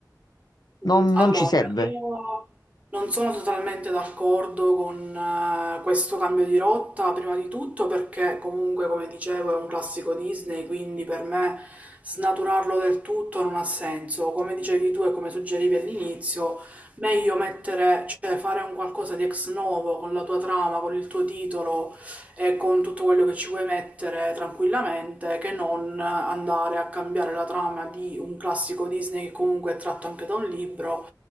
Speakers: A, on the left (about 65°); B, on the right (about 20°).
A: Non,
B: Mm, Allora,
A: non ci serve.
B: io non sono totalmente d'accordo con eh, questo cambio di rotta, prima di tutto perché comunque, come dicevo, è un classico Disney, quindi per me snaturarlo del tutto non ha senso. Come dicevi tu e come suggerivi all'inizio, meglio mettere, cioè fare un qualcosa di ex novo con la tua trama, con il tuo titolo e con tutto quello che ci puoi mettere tranquillamente che non andare a cambiare la trama di un classico Disney che comunque è tratto anche da un libro